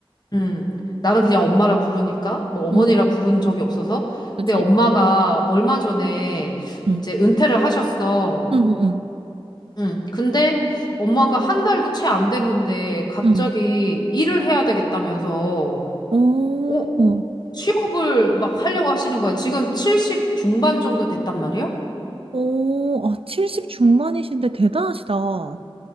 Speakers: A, on the left (about 45°); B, on the right (about 70°).
A: 음. 나는 그냥 엄마라 부르니까 뭐 어머니라
B: 응,
A: 부른 적이 없어서
B: 그지?
A: 근데 엄마가 얼마 전에
B: 응,
A: 이제 은퇴를 하셨어.
B: 응, 응, 응.
A: 응. 근데 엄마가 한 달도 채 안 됐는데 갑자기
B: 응.
A: 일을 해야 되겠다면서
B: 오,
A: 어, 취업을 막 하려고 하시는 거야. 지금 70 중반 정도 됐단 말이야?
B: 오, 아, 70 중반이신데 대단하시다. 어,